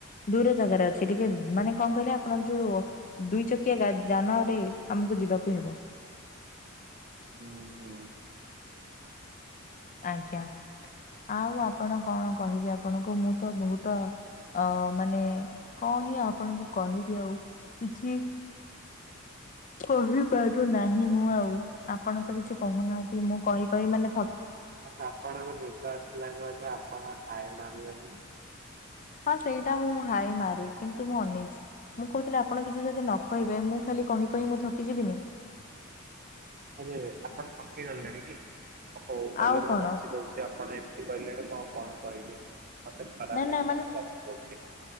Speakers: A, on the left (about 40°); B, on the right (about 45°).
A: ଦୂର ଜାଗାରେ ଅଛି ଟିକେ ମାନେ କଣ କହିଲେ ଆପଣ ଯୋଉ ଦୁଇ ଚକିଆ ଯାନରେ ଆମକୁ ଯିବାକୁ ହେବ।
B: ହୁଁ ହୁଁ।
A: ଆଜ୍ଞା। ଆଉ ଆପଣ କଣ କହିବି ଆପଣଙ୍କୁ ମୁଁତ ବହୁତ୍ ଅ ମାନେ କଣହିଁ ଆପଣଙ୍କୁ କହିବି ଆଉ କିଛି କହିପାରୁନାହିଁ ମୁଁ ଆଉ ଆପଣତ କିଛି କହୁନାହାନ୍ତି ମୁଁ କହି କହି ମାନେ ଥକି
B: ଆଛା ଆପଣଙ୍କୁ ନିଦ ଆସିଲାଣିି ବୋଧେ ଆପଣ ହାଇ ମାରିଲେଣିି?
A: ହଁ ସେଇଟା ମୁଁ ହାଇ ମାରେ କିନ୍ତୁ ମୁଁ ଅନେଇଛି। ମୁଁ କହୁଥିଲି ଆପଣ କିଛି ଯଦି ନକହିବେ ମୁଁ ଖାଲି କହି କହି ମୁଁ ଥକିଯିବିନି?
B: ଆରେ ଆପଣ ଥକି ଗଲେଣିକି ହଉ ତାହେଲେ
A: ଆଉ କଣ
B: ମୁଁ ରଖିଦଉ ଆପଣ ଏମିତି କହିଲେଣି ମୁଁ ଆଉ କଣ କହିବି ମତେ ଖରାପ୍
A: ନା ନା
B: ଲାଗିଲା
A: ମାନେ
B: ମୁଁ ରଖିଦଉଛି।